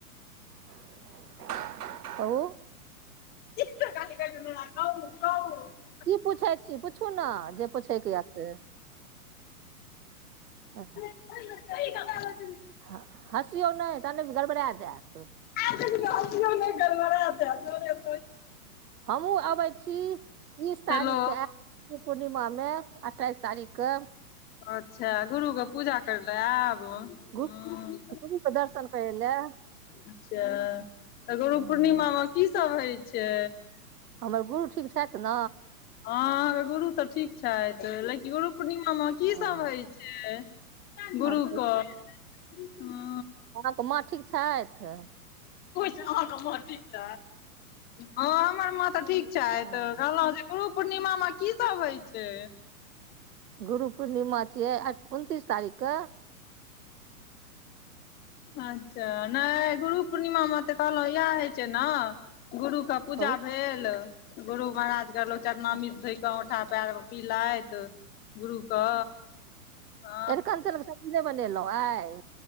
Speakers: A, on the right; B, on the left.
A: <unintelligible>
B: <unintelligible>
A: की पूछै छी पूछू न जे पूछै कऽ यऽ से <unintelligible>
B: <unintelligible>
A: हँ हँसियौ नै ता नै गड़बड़ा जैत
B: गड़बड़ा।
A: हमहूँ अबैत छी तीस तारीख
B: हेलो
A: के आय कऽ पूर्णिमाबमे अठाइसँ तारीख के
B: अच्छा गुरुके पूजा करे लए आयब हँ
A: गुरके दर्शन कर लऽ
B: अच्छा तऽ गुरु
A: हूँ
B: पूर्णिमा मे कि सभ होई छै
A: हमर गुरु ठीक छथिन
B: हँ अहाँकेँ गुरु तऽ ठीक छथि लेकिन गुरु पूर्णिमामे कि
A: हँ
B: सभ होई छै गुरु
A: आओर
B: कऽ हा
A: अहाँकेँ माँ ठीक छथि
B: अहाँकेँ मे ठीक हँ हमर माँ तऽ ठीक च
A: हँ
B: कहलहुँ जे गुरु पूर्णिमा मे कि सभ होई छै
A: गुरु पूर्णिमा छियै उनतीसँ तारीख के
B: अच्छा नहि गुरु पूर्णिमामे तऽ कहलहु इएह होई छै ने गुरु के पूजा
A: कहू
B: भेल गुरु महाराज के लोक चरनामी
A: हँ
B: धोई कऽ औठा पयर पिलथि गुरु के ह
A: अरिकञ्चनके सब्जी नहि बनेलहुँ आई